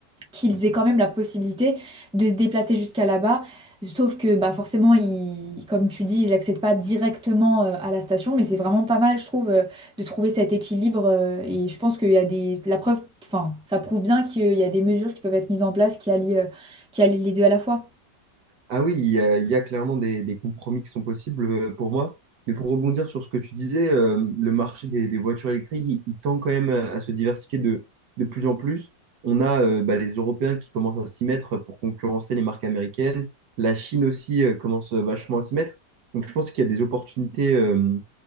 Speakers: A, in the centre; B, on the right.
A: qu'ils aient quand même la possibilité de se déplacer jusqu'à là-bas. Sauf que bah forcément, ils, comme tu dis, ils n'accèdent pas directement euh, à la station, mais c'est vraiment pas mal, je trouve, euh, de trouver cet équilibre. euh, et je pense qu'il y a des... La preuve, enfin, ça prouve bien qu'il y a des mesures qui peuvent être mises en place qui allient, euh, qui allient les deux à la fois.
B: Ah oui, il y a, il y a clairement des, des compromis qui sont possibles euh, pour moi. Mais pour rebondir sur ce que tu disais, euh, le marché des, des voitures électriques, il, il tend quand même euh, à se diversifier de, de plus en plus. On a euh, bah, les Européens qui commencent à s'y mettre pour concurrencer les marques américaines. La Chine aussi euh, commence euh, vachement à s'y mettre. Donc je pense qu'il y a des opportunités euh,